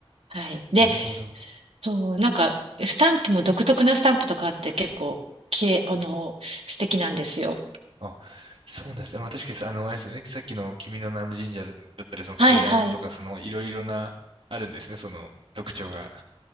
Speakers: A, on the right; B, on the right.
A: はい。で、
B: なるほど。
A: そう、なんか、スタンプも独特なスタンプとかあって結構、きれい、あの、素敵なんですよ。
B: あ、そうなんですね。まあ確かに、あの、あれですよね。さっきの君の名の神社だったり、その階段とか、
A: はいはい。
B: そのいろいろな、あるんですね。その特徴が。